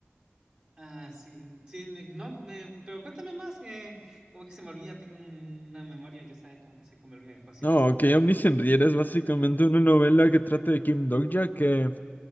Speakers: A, on the right (about 25°); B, on the left (about 45°).
A: ah, sí, sí, me- no, me, pero cuéntame más, que como que se me olvida, tengo un- una memoria, ya sabes, como que se me olvidan cositas.
B: No, ok, Omniscient Reader es básicamente una novela que trata de Kim Dokja, que